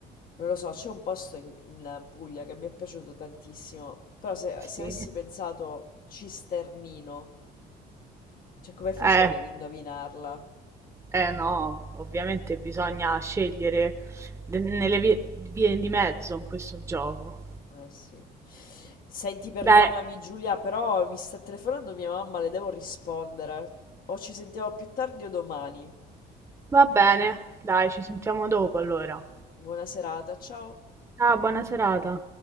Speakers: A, on the left; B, on the right.
A: non lo so, c'è un posto in, in Puglia che mi è piaciuto tantissimo, però se, se
B: Sì.
A: avessi pensato Cisternino, cioè come facevi
B: Eh,
A: ad indovinarla?
B: Eh no, ovviamente bisogna scegliere de- nelle vie, vie di mezzo in questo gioco.
A: Eh sì. Senti, perdonami
B: Beh,
A: Giulia, però mi sta telefonando mia mamma, le devo rispondere. O ci sentiamo più tardi o domani.
B: va bene, dai, ci sentiamo dopo allora.
A: Buona serata, ciao.
B: Ciao, buona serata.